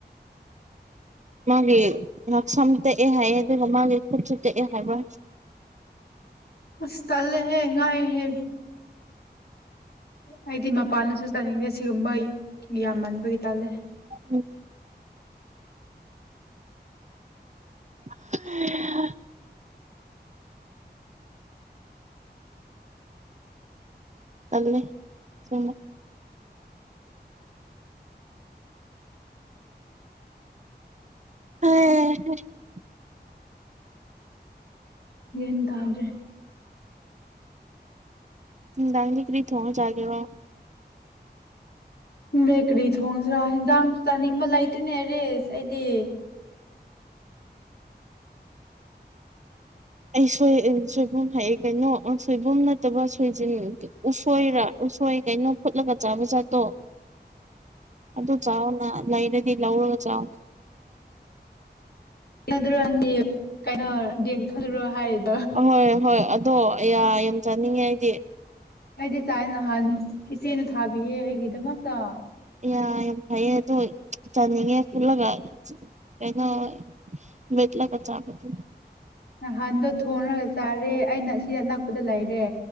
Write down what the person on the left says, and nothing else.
ꯑꯁ ꯇꯜꯂꯦꯍꯦ ꯉꯥꯛꯏꯍꯦ ꯑꯩꯗꯤ ꯃꯄꯥꯟꯗꯁꯨ ꯆꯥꯅꯤꯡꯗꯦ ꯁꯤꯒꯨꯝꯕ ꯌꯥꯝꯃꯟꯕꯒꯤ ꯇꯜꯂꯦ
ꯒ꯭ꯌꯥꯟ ꯇꯗ꯭ꯔꯦ
ꯈꯪꯗꯦ ꯀꯔꯤ ꯊꯣꯡꯁꯤ꯭ꯔꯥ ꯍꯦꯟꯖꯥꯡꯁꯨ ꯆꯥꯅꯤꯡꯕ ꯂꯩꯇꯦꯅꯦ ꯔꯤꯁ ꯑꯩꯗꯤ
ꯌꯥꯗꯥꯔꯣ ꯅꯪꯗꯤ ꯀꯩꯅꯣ ꯗꯦꯡꯊꯗꯔꯣ ꯍꯥꯏꯔꯗꯤ
ꯑꯩꯗꯤ ꯆꯥꯏ ꯅꯍꯥꯟ ꯏꯆꯦꯅ ꯊꯥꯕꯤꯌꯦ ꯑꯩꯒꯤꯗꯃꯛꯇ
ꯅꯍꯥꯟꯗꯣ ꯊꯣꯡꯉꯒ ꯆꯥꯔꯦ ꯑꯩꯅ ꯑꯁꯤꯗ ꯑꯅꯛꯄꯗ ꯂꯩꯔꯦ